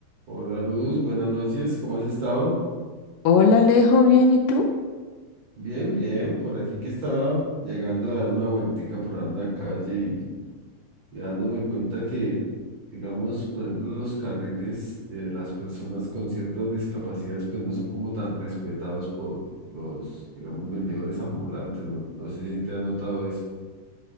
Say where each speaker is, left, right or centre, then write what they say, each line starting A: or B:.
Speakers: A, on the right; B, on the left.
A: Hola Luz, buenas noches, ¿cómo has estado?
B: Hola, Alejo, ¿bien? ¿Y tú?
A: Bien, bien, por aquí que estaba llegando a dar una vueltica por ahí en la calle y, y dándome cuenta que, digamos, por ejemplo, los carriles de las personas con ciertas discapacidades pues no son como tan respetados por los, digamos, vendedores ambulantes, no, no sé si te has notado eso.